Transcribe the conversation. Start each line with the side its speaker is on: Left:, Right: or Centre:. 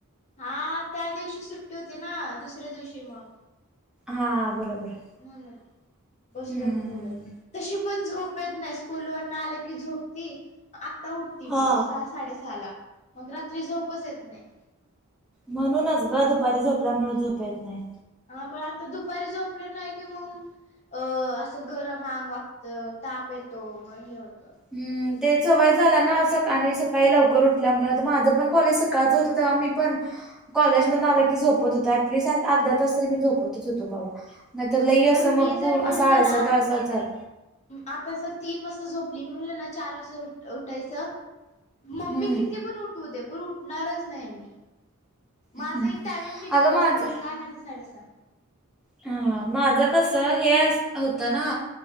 Left: हा त्या दिवशी सुट्टी होती ना दुसऱ्या दिवशी म
Centre: हा बरोबर
Left: म्हणून बसलो
Centre: हम्म
Left: म बोलत तशी पण झोप येत नाही स्कूलवर न आलं की झोपती आता उठती मी
Centre: हा
Left: सहा सा साडेसहा ला मग रात्री झोपच येत नाही
Centre: म्हणूनच ग दुपारी झोपल्यामुळ झोप येत नाही.
Left: हा म आता दुपारी झोपले नाही कि मग अ असं गरम आंग वागत ताप येतो मग हे होत.
Centre: हम्म ते चवय झाल्या ना स आणि सक सकाळी लवकर उठल्यामुळ आता माझं पण कॉलेज सकाळचं होत तेव्हा मी पण कॉलेज मधन आलं की झोपत होतो ऍटलीस्ट अर्धा तास तरी मी झोपतच होतो बाबा. नाहीतर लई
Left: इथ
Centre: असं
Left: मी
Centre: मग पू
Left: जर म्हणलं
Centre: असा आळसात
Left: ना
Centre: आळसात जातय.
Left: आता जर तीन वाजता झोपली मी मिम्हणलो ना चार वाजता उठायचं मम्मी
Centre: हम्म
Left: किती पण उठऊदे पण उठणारच नाही मी. माझं
Centre: हम्म.
Left: एक टायमिंग फिक्सच
Centre: अगं माझं
Left: असायचं सहा नायतर साडेसहा.
Centre: हा माझं कस हे अस होतं ना